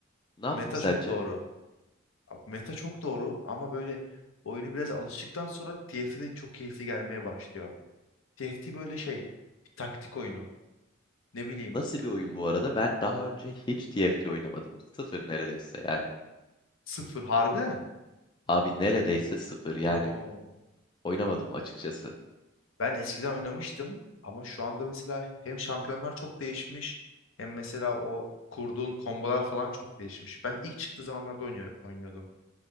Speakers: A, on the left; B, on the left.
A: Ne yapayım
B: Meta
A: sence?
B: çok doğru. Meta çok doğru ama böyle oyunu biraz alıştıktan sonra T TFT de çok keyifli gelmeye başlıyor. T F T böyle şey. Taktik oyunu. Ne bileyim.
A: Nasıl bir oyun bu arada? Ben daha önce hiç TFT oynamadım. Sıfır neredeyse yani.
B: Sıfır. Harbiden.
A: Abi neredeyse sıfır yani
B: Oo.
A: oynamadım açıkçası.
B: Ben eskiden oynamıştım ama şu anda mesela hem şampiyonlar çok değişmiş hem mesela o kurduğun kombolar falan çok değişmiş. Ben ilk çıktığı zamanlarda oynuyor, oynuyordum.